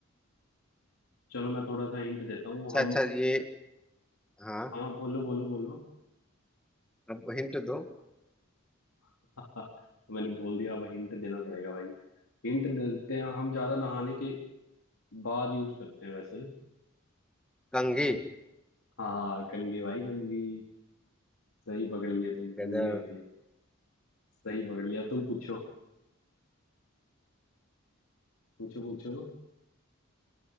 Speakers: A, on the left; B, in the centre.
A: चलो मैं थोड़ा सा हिंट देता हूँ
B: अच्छा
A: हम
B: अच्छा ये हाँ
A: हाँ बोलो बोलो बोलो
B: अब हिंट दो
A: <laughs> मैंने बोल दिया अब हिंट देना पड़ेगा भाई हिंट देते हैं हम ज्यादा नहाने के बाद यूज करते हैं वैसे
B: कंघी
A: हाँ कंघी भाई कंघी सही पकड़ लिए तुम
B: गजब
A: कंघी होती है सही पकड़ लिया अब तुम पूछो पूछो पूछो